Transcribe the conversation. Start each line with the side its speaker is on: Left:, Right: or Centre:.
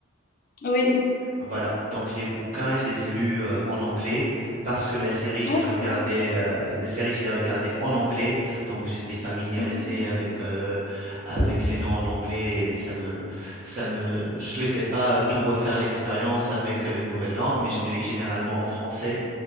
Left: Oui,
Right: Voilà, donc les bouquins, je les ai lus, heu, en anglais parce que la série, je
Left: ouais,
Right: les regardais.
Left: c'est bien.
Right: heu, la série, je les regardais en anglais, donc j'étais familiarisé
Left: Mhm.
Right: avec, heu, avec les noms en anglais et ça me ça me je souhaitais pas tout refaire l'expérience avec, heu, une nouvelle langue, mais je lis généralement en français,